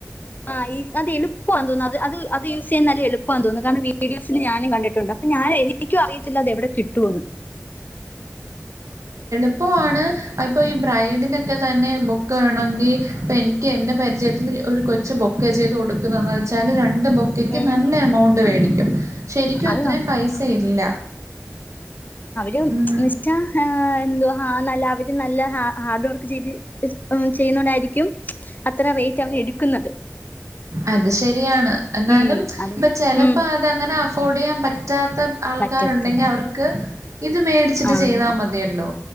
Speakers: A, on the left; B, on the right.
A: ആഹ ഇ അത് എളുപ്പ തോന്നുന്നു അത് അത് അത് യൂസ്ചെയ്യാൻ നല്ല എളുപ്പ തോന്നുന്നു കാരണം വീഡിയോസിൽ ഞാനും കണ്ടിട്ടുണ്ട് ണ്ട് അപ്പൊ ഞാൻ എനിക്കും അറിയത്തില്ല അതെവിടെ കിട്ടുവന്ന്
B: ഇപ്പോ ആണ് ഇപ്പോ ഈ ബ്രൈഡിനൊക്കെ തന്നെ ബൊക്ക വേണങ്കിൽ എനിക്ക് എന്റെ പരിചയത്തിൽ ഒരു കൊച്ച് ബൊക്ക ചെയ്ത് കൊടുക്കുന്നതെന്ന് വെച്ചാൽ രണ്ട് ബൊക്കയ്ക്ക്
A: ഉം
B: നല്ല എമൗണ്ട് വേടി <unintelligible> ശരിക്കും
A: അത്
B: അത്രയും
A: നം-
B: പൈസ ഇല്ല
A: ന <unintelligible>
B: ഉം.
A: എന്തുവാ ആ നല്ല <unintelligible> നല്ല ഹാ ഹാർഡ് വർക്ക് ചെയ്ത് ഏ ചെയ്യുന്നോണ്ടായിരിക്കും അത്ര റേറ്റ് അവര് എടുക്കുന്നത്
B: അത് ശരിയാണ് എന്നാലും
A: ഉം അത്
B: ഇപ്പൊ ചിലപ്പോ
A: ഉം
B: അതങ്ങനെ അഫോർഡ് ചെയ്യാൻ പറ്റാ ത്ത ആൾക്കാരുണ്ടെങ്കിൽ
A: പറ്റത്തില്ല
B: അവർക്ക് ഇത് മേടിച്ചിട്ട്
A: ആഹ്
B: ചെയ്താ മതിയല്ലോ